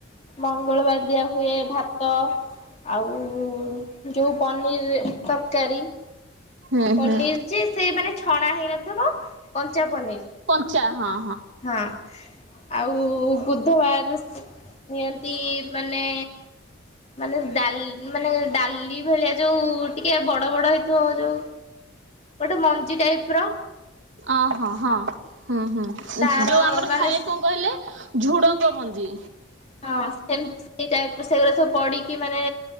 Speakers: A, on the left; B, on the right.
A: ମଙ୍ଗଳବାର୍ ଦିଆ ହୁଏ ଭାତ ଆଉ ଯୋଉ ପନିର୍ ତରକାରୀ।
B: ହୁଁ
A: ପନିର୍
B: ହୁଁ
A: ଯେ ସେ ମାନେ ଛଣା ହେଇନଥବ କଞ୍ଚା ପନିର୍।
B: କଞ୍ଚା ହଁ
A: ହଁ। ଆଉ ବୁଧବାର୍ ଦିଅନ୍ତି ମାନେ ମାନେ ଡାଲ୍ ମାନେ ଡାଲି ଭଳିଆ ଯୋଉ ଟିକେ ବଡ ବଡ ହେଇଥିବ ଯୋଉ ଗୋଟେ ମଞ୍ଜି ଟାଇପ୍ ର
B: ଅ- ହଁ -ହଁ -ହୁଁ -ହୁଁ
A: ତାର
B: ଯଉ ଆମର
A: ମାନେ
B: ଥାଏ କଣ କହିଲେ ଝୁଡ଼ଙ୍ଗ ମଞ୍ଜି।
A: ହଁ ସେ ସେଇ ଟାଇପ୍ ର ସେଗୁଡା ସବୁ ପଡିକି ମାନେ